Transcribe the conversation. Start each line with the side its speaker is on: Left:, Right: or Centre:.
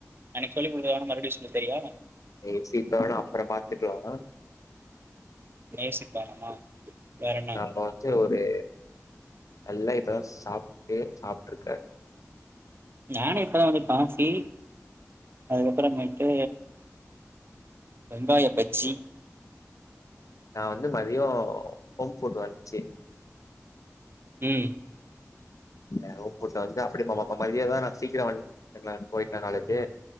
Right: அன்னிக்கு சொல்லி கொடுத்து வென மறுபடி தரியா
Left: ஏ சி தான அப்புற பாத்துக்கலா
Right: நெய்வ்ஸுக்கு வேணாமா? வேற என்ன?
Left: நம்ம வந்து ஒரு நல்லா இப்தா சாப்ட்டு சாப்பிட்டு இருக்கே
Right: நானு இப்பதா வந்து காபி அதுக்கப்பறம் மேட்டு வெங்காய பஜ்ஜி
Left: நான் வந்து மதியம் ஹோம் ஃபுட் வந்துச்சு
Right: ம்
Left: ர போல வந்து அப்படிமா பாப்பா மதியாதான் நான் சீக்கிரம்னு வந் போயிட்டேன் காலேஜு